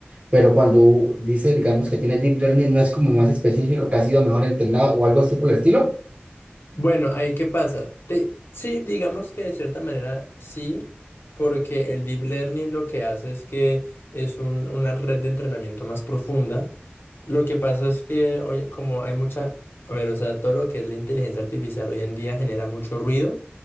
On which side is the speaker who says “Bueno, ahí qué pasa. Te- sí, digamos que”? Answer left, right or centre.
Left